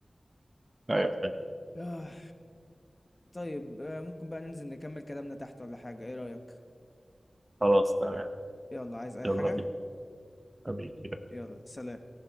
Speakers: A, on the right; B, on the left.
A: ايوه أيوه.
B: آه. طيب آه، ممكن بقى ننزل نكمل كلامنا تحت ولا حاجة ايه رأيك
A: خلاص تمام
B: يلا عايز اي
A: يلا
B: حاجة
A: بينا حبيبي
B: يلا سلام